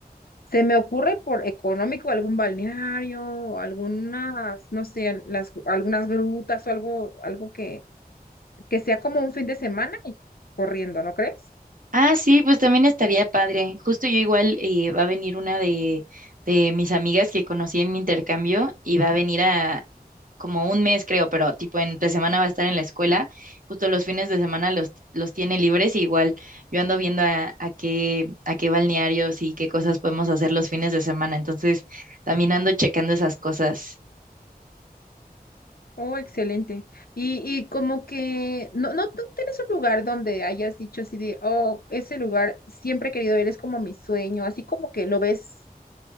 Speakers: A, on the left (about 70°); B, on the right (about 55°).
A: se me ocurre por económico algún balneario, algunas, no sé, al- las, algunas grutas o algo, algo que, que sea como un fin de semana y corriendo, ¿no crees?
B: Ah, sí, pues también estaría padre. Justo yo igual eh, va a venir una de, de mis amigas que conocí en mi intercambio y va a venir a como un mes, creo, pero tipo entre semana va a estar en la escuela. Justo los fines de semana los, los tiene libres y igual yo ando viendo a, a qué, a qué balnearios y qué cosas podemos hacer los fines de semana. Entonces también ando checando esas cosas.
A: Oh, excelente. Y, y como que, no, no, ¿tú tienes un lugar donde hayas dicho así de, oh, ese lugar siempre he querido ir, es como mi sueño, así como que lo ves,